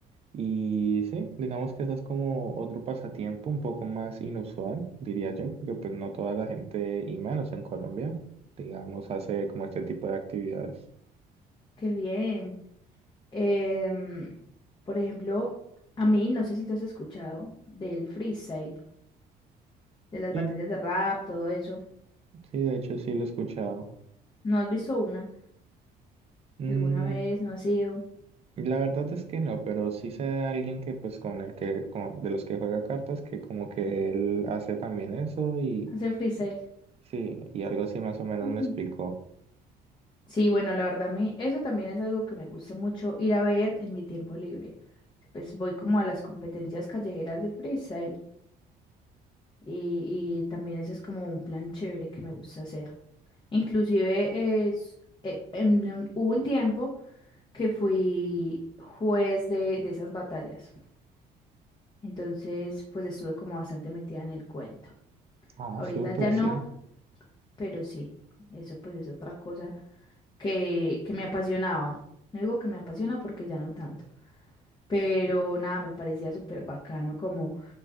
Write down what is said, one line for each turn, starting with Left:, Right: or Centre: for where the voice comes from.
Right: y sí, digamos que ese es como otro pasatiempo un poco más inusual, diría yo, porque pues no toda la gente y menos en Colombia, digamos, hace como este tipo de actividades.
Left: qué bien. Em, por ejemplo, a mí, no sé si tú has escuchado del freestyle, de las
Right: Sí,
Left: batallas de rap, todo eso.
Right: sí, de hecho sí lo he escuchado.
Left: ¿No has visto una?
Right: Mm,
Left: ¿Alguna vez? ¿No has ido?
Right: la verdad es que no, pero sí sé de alguien que pues con el que, con- de los que juega cartas, que como que él hace también eso y
Left: Hace freestyle.
Right: sí, y algo así más o menos
Left: Ujú.
Right: me explicó.
Left: Sí, bueno, la verdad a mí eso también es algo que me gusta mucho ir a ver en mi tiempo libre. Pues voy como a las competencias callejeras de freestyle y, y también ese es como un plan chévere que me gusta hacer. Inclusive es, eh, en un- hubo un tiempo que fui juez de, de esas batallas. Entonces, pues estuve como bastante metida en el cuento.
Right: Ah,
Left: Ahorita
Right: súper,
Left: ya no,
Right: sí.
Left: pero sí, eso pues es otra cosa que, que me apasionaba. No digo que me apasiona porque ya no tanto, pero nada, me parecía súper bacano como,